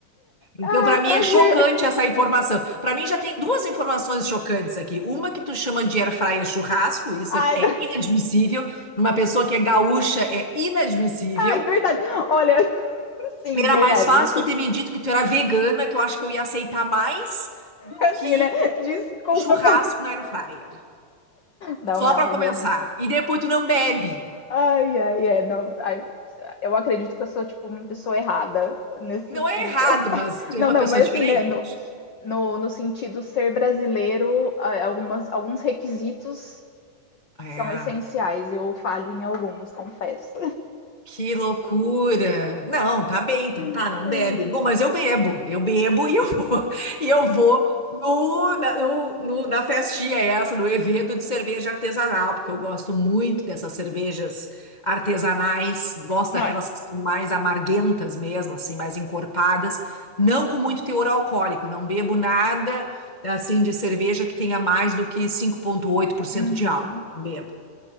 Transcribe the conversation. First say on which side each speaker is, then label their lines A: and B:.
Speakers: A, on the left; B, on the left.
A: Então,
B: Ah,
A: pra mim,
B: prazer.
A: é chocante essa informação. Pra mim, já tem duas informações chocantes aqui. Uma que tu chama de air fryer churrasco, isso
B: Ai,
A: é, é
B: <laughs>
A: inadmissível. Numa pessoa que é gaúcha, é inadmissível.
B: ai, verdade. Olha, <laughs> sim,
A: Era
B: verdade,
A: mais fácil
B: isso.
A: tu ter me dito que tu era vegana, que eu acho que eu ia aceitar mais do
B: Assim,
A: que
B: né? Desculpa
A: um churrasco
B: pelo. <laughs>
A: na air fryer.
B: Não,
A: Só
B: não,
A: pra
B: realmente.
A: começar. E depois tu não bebe.
B: Ai, ai, ai, não. Ai, eu acredito que eu sou, tipo, uma pessoa errada nesses,
A: Não é
B: nesse
A: errado,
B: aspecto.
A: mas tu é
B: Não,
A: uma
B: não,
A: pessoa
B: mas
A: diferente.
B: assim, né? No, No, no sentido ser brasileiro, a- algumas, alguns requisitos
A: É.
B: são essenciais. Eu falho em alguns, confesso.
A: Que loucura! Não, tá bem, então tá,
B: <laughs>
A: não bebe. Bom, mas eu bebo, eu bebo e eu vou, <laughs> e eu vou no, na, no- no- na festinha essa, no evento de cerveja artesanal, porque eu gosto muito dessas cervejas artesanais, gosto
B: Não
A: daquelas
B: é.
A: que são mais amarguentas mesmo, assim, mais encorpadas, não com muito teor alcoólico, não bebo nada, assim, de cerveja que tenha mais do que cinco vírgula oito por cento
B: Uhum.
A: de álcool, não bebo.